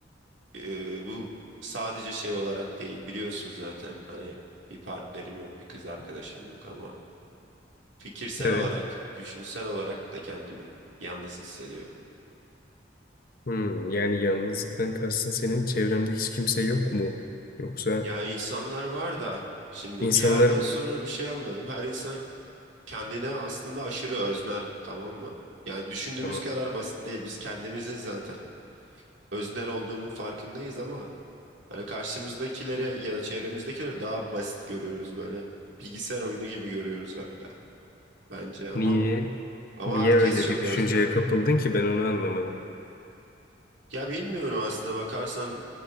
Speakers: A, on the right; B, on the left.
A: e, bu sadece şey olarak değil biliyorsun zaten hani bir partnerim yok bir kız arkadaşım yok ama Fikirsel
B: Evet.
A: olarak, düşünsel olarak da kendimi yalnız hissediyorum.
B: Hmm, yani yalnızlıktan kastın senin çevremde hiç kimse yok mu? Yoksa
A: Ya insanlar var da şimdi
B: insanlar...
A: bir yerden sonra bir şey anladım. Her insan kendine aslında aşırı öznel, tamam mı? Yani düşündüğümüz
B: Tamam.
A: kadar basit değil. Biz kendimizin zaten öznel olduğunun farkındayız ama hani karşımızdakileri ya da çevremizdekileri daha basit görüyoruz böyle. Bilgisayar oyunu gibi görüyoruz hatta bence ama
B: Niye?
A: ama
B: Niye
A: herkes
B: öyle
A: çok
B: bir düşünceye
A: öznel.
B: kapıldın ki ben onu anlamadım.
A: Ya bilmiyorum aslında bakarsan